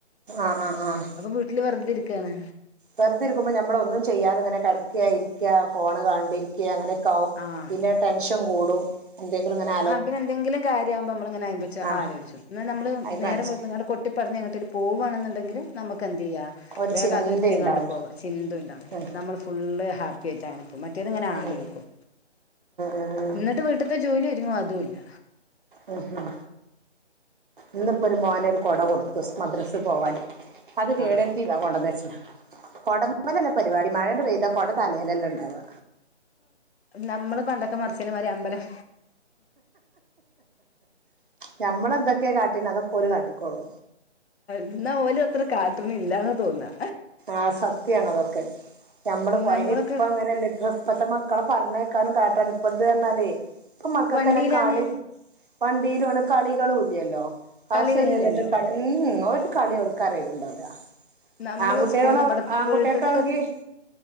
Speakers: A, on the right; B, on the left.
A: ആഹ് ആഹ് ആഹ്
B: അപ്പൊ വീട്ടില് വെറുതെരിക്കയാണ്
A: വെറുതെ ഇരിക്കുമ്പോൾ നമ്മള ഒന്നും ചെയ്യാതെ ഇങ്ങനെ കിടക്കുക ഇരിക്കുക ഫോണ് കണ്ടിരിക്ക അങ്ങനെയക്കെകും
B: ആഹ്
A: പിന്നെ ടെൻഷൻ കൂടും എന്തെങ്കിലും ഇങ്ങെനെ
B: ആ പിന്നെ എന്തെങ്കിലും കാര്യ ആവുമ്പോ നമ്മങ്ങനെ അത് നെ കുറിച്ച്
A: ആഹ്
B: ആലോച്ചും ന്നാ നമ്മള്
A: അയിന്
B: നേരം
A: മനസ്
B: വെളുത്ത് ങ്ങാണ്ട് കുട്ടി പറഞ്ഞഞ് അങ്ങട്ട് പോവുകയാണുണ്ടെങ്കിൽ നമുക്ക് എന് ചെയ്യുക
A: ഒരു
B: വേഗം
A: ചിന്തയുണ്ടാവില്ല
B: അതൊരിക്കല ഇങ്ങാണ്ട് പോകും ചിന്ത ഉണ്ടാവില്ല
A: ഉം
B: നമ്മൾ ഫുള്ള് ഹാപ്പി ആയിട്ടാണ് മറ്റേത് ഇങ്ങനെ
A: ഉം
B: ആലോചിക്കും
A: ഉം ഉം
B: എന്നിട്ട് വീട്ടത്തെ ജോലി ഒരുങ്ങോ അതും ഇല്ല
A: ഉം ഹും ഇന്നിപ്പോ ഒരു മോനൊരു കൊട കൊടുത്തു മദ്രസിൽ പോവാന് അത് കേടെർത്തീത
B: ആഹ്
A: കൊണ്ടന്ന് വെച്ച് ണ് കൊടമലല്ല പരിപാടി മഴണ്ട് പെയ്ത കൊട തലെല്ലെല്ല ഉണ്ടാവുക
B: നമ്മള് പണ്ടൊക്കെ മറിച്ചേന് മാതിരി അമ്പലം
A: ഞമ്മളെന്തൊക്കെയാ കാട്ടീന് അതൊക്കൊലും കാട്ടിക്കോളൂ
B: ഇന്നാ ഒല് അത്ര കാട്ടണ് ഇല്ലന്ന തോന്നാ
A: ആഹ് സത്യണ അതൊക്കെ ഞമ്മള്
B: നമ്മളൊക്കെ
A: അയ്ന് ഇപ്പ അങ്ങനെയല്ല ഇപ്പ ഇപ്പഴത്തെ മക്കളെ പറഞ്ഞഞ് കേക്കാനും കാട്ടാനും ഇപ്പഴ ഇത് പറാലേ ഇപ്പ മക്കൾക്ക
B: വണ്ടിയിലാണ്
A: എന്നെ കളി വണ്ടിയിലാണ് കളികളും ഇല്ലല്ലോ ക്ലാസ്
B: കളികളില്ലല്ലോ
A: കയിഞ്ഞിട്ട് കളി ഉം ഒരു കളി ഓൾക്ക് അറിയല് ഉണ്ടാവില്ല
B: നമ്മള്
A: ആൺകുട്ടികളാ
B: സ്കൂളിന്ന് ഇവിടെ
A: ആൺകുട്ടെക്കാണെങ്കിൽ
B: വീട്ടിലൊക്കെ